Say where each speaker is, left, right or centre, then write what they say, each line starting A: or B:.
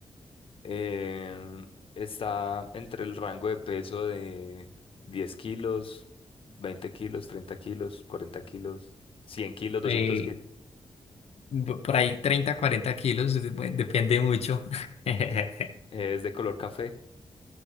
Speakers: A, on the left; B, on the left.
A: Em, está entre el rango de peso de 10 kilos, 20 kilos, 30 kilos, 40 kilos, 100 kilos, 200
B: eh,
A: kilos.
B: bu- por ahí 30 40 kilos, de- bu- depende mucho. <laughs>
A: Eh, es de color café,